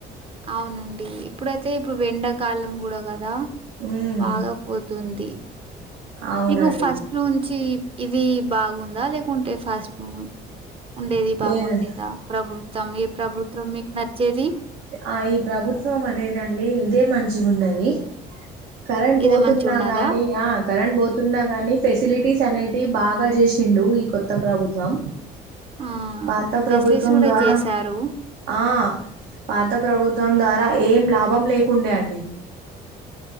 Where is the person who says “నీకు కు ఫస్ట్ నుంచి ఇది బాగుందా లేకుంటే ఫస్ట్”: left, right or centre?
Right